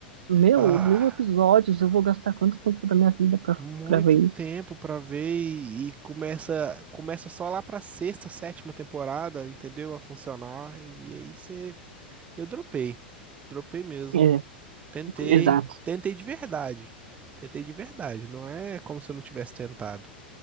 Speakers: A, on the right; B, on the right.
A: meu,
B: Ah,
A: mil episódios, eu vou gastar quanto tempo da minha vida pra,
B: muito
A: pra ver
B: tempo
A: isso?
B: pra ver e, e começa começa só lá pra sexta, sétima temporada, entendeu? A funcionar e, e aí você eu dropei. Dropei mesmo.
A: É,
B: Tentei,
A: exato.
B: tentei de verdade. Tentei de verdade, não é como se eu não tivesse tentado,